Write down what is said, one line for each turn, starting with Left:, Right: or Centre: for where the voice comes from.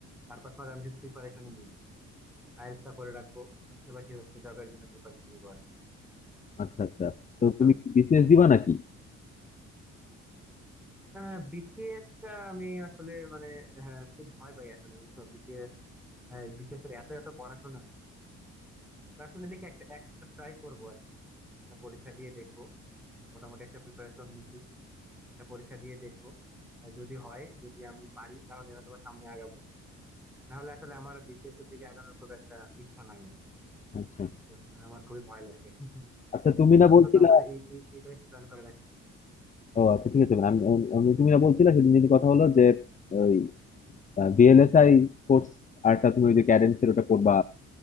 Centre: চার পাঁচ মাস আমি শুধু প্রিপারেশনই নিবো আইএলটিএস টা করে রাখবো পাশাপাশি হচ্ছে জবের জন্য প্রিপারেশন নিবো আর কি
Left: আচ্ছা আচ্ছা
Centre: বুঝছো
Left: তো তুমি বিসিএস দিবা নাকি
Centre: হ্যাঁ বিসিএস টা আমি আসলে মানে হ্যাঁ, খুব ভয় পাই আসলে বুঝছো বিসিএস বিসিএস এর এত এত পড়াশোনা তো আসলে দেখি একটা একটা ট্রাই করবো আর কি একটা পরীক্ষা দিয়ে দেখবো মোটামুটি একটা প্রিপারেশন নিছি একটা পরীক্ষা দিয়ে দেখবো আহ, যদি হয় যদি আমি পারি তাহলে হয়তো বা সামনে আগাবো না হলে আসলে আমার বিসিএস এর দিকে আগানোর খুব একটা ইচ্ছা নাই আর কি
Left: আচ্ছা
Centre: তো, মানে আমার খুবই ভয় লাগে <laughs>
Left: আচ্ছা আচ্ছা, তুমি না
Centre: আপাতত
Left: বলছিলে
Centre: আমার এই এই- এইটাই প্ল্যান করে রাখছি
Left: ও আচ্ছা ঠিক আছে মানে আমি আমি- আমি- তুমি না বলছিলে সেদিন যদি কথা হলো যে ওই ভিএলএসআই কোর্স আরটা তুমি ওই যে ক্যাডেন্সের ওটা করবা